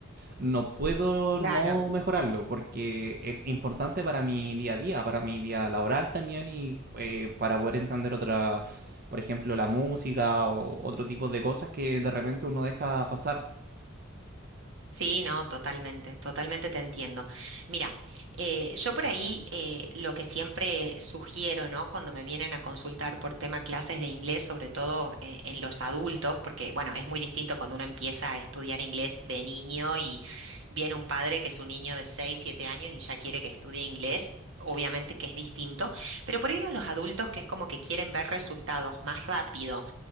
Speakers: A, on the right (about 45°); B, on the right (about 65°).
A: no puedo
B: Claro.
A: no mejorarlo porque es importante para mi día a día, para mi día laboral también y eh, para poder entender otra, por ejemplo, la música o otro tipo de cosas que de repente uno deja pasar.
B: Sí, no, totalmente, totalmente te entiendo. Mira, eh, yo por ahí eh, lo que siempre sugiero, ¿no? Cuando me vienen a consultar por tema clases de inglés, sobre todo eh, en los adultos, porque bueno, es muy distinto cuando uno empieza a estudiar inglés de niño y viene un padre que es un niño de 6, 7 años y ya quiere que estudie inglés. Obviamente que es distinto, pero por ahí a los adultos que es como que quieren ver resultados más rápido